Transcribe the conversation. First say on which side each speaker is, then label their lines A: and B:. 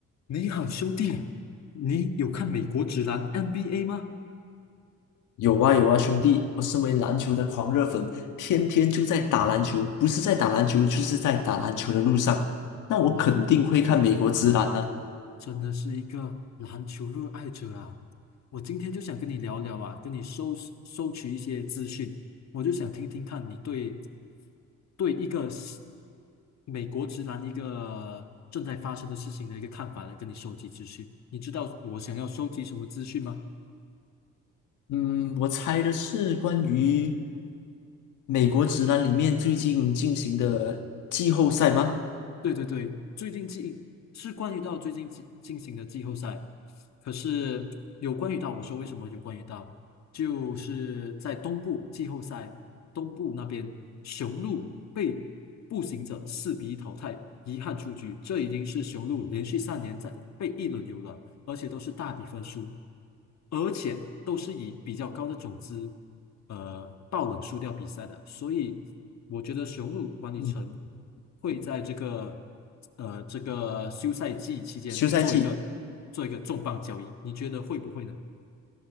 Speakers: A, on the left; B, on the left.
A: 你好，兄弟，你有看美国职篮 NBA 吗？
B: 有啊有啊，兄弟，我身为篮球的狂热粉，天天就在打篮球，不是在打篮球，就是在打篮球的路上。那我肯定会看美国职篮啊。
A: 哇，真的是一个篮球热爱者啊！我今天就想跟你聊聊啊，跟你收收取一些资讯，我就想听听看你对对一个是美国职篮一个正在发生的事情的一个看法，来跟你收集资讯。你知道我想要收集什么资讯吗？
B: 嗯，我猜的是关于美国职篮里面最近进行的季后赛吗？
A: 对对对，最近季是关于到最近进进行的季后赛，可是有关于到我说为什么有关于到，就是在东部季后赛东部那边，雄鹿被步行者四比一淘汰，遗憾出局，这已经是雄鹿连续三年在被一轮游了，而且都是大比分输，而且都是以比较高的种子，呃，爆冷输掉比赛的，所以我觉得雄鹿管理层
B: 嗯，
A: 会在这个呃这个休赛季期间做一个做一个重磅交易，
B: 休赛季。
A: 你觉得会不会呢？